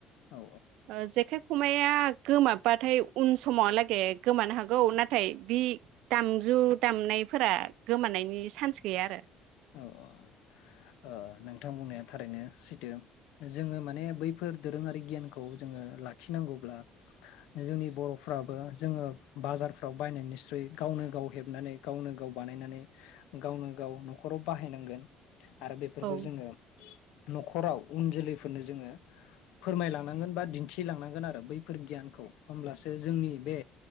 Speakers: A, on the left; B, on the right.
A: औ
B: ओ जेखेब खमाया गोमाबाथाय उन समावआलागे गोमानो हागौ नाथाय बि दामजु दामनायफोरा गोमानायनि सान्स गैया आरो।
A: औ औ ओ नोंथां बुंनाया थारैनो सैथो जोङो माने बैफोर दोरोङारि गियानखौ जोङो लाखिनांगौब्ला जोंनि बरफ्राबो जोङो बाजारफ्राव बायनाय निस्रुय गावनो गाव हेबनानै गावनो गाव बानायनानै गावनो गाव न खराव बाहायनांगोन। आरो बेफोरखौ
B: औ
A: जोङो नखराव उन जोलैफोरनो जोङो फोरमायलांनांगोन बा दिन्थिलांनांगोन आरो बैफोर गियानखौ होमब्लासो जोंनि बे